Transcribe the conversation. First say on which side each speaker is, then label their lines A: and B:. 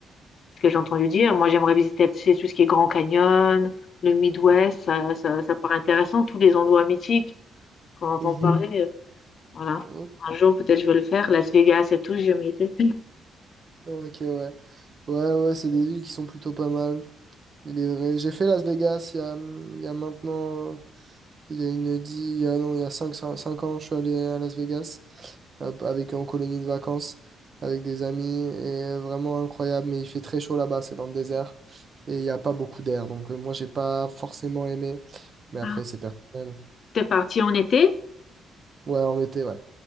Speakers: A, on the left; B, on the right.
A: ce que j'ai entendu dire. Moi, j'aimerais visiter tu sais, tout ce qui est Grand Canyon, le Midwest, ça, ça, ça paraît intéressant, tous les endroits mythiques qu'on entend
B: Mhm.
A: Mm. parler. euh, Voilà.
B: Ok,
A: Un jour, peut-être, je vais le faire. Las Vegas et tout, j'ai jamais été.
B: ok, ouais. Ouais, ouais, c'est des villes qui sont plutôt pas mal. Il est vrai. J'ai fait Las Vegas il y a, hum, il y a maintenant, il y a une dix, il y a, non, il y a cinq cinq ans, je suis allé à Las Vegas euh, avec en colonie de vacances, avec des amis, et euh, vraiment incroyable. Mais il fait très chaud là-bas, c'est dans le désert, et il n'y a pas beaucoup d'air. Donc euh, moi, j'ai pas forcément aimé, mais
A: Ah,
B: après, c'est personnel.
A: t'es parti en été?
B: Ouais, en été, ouais.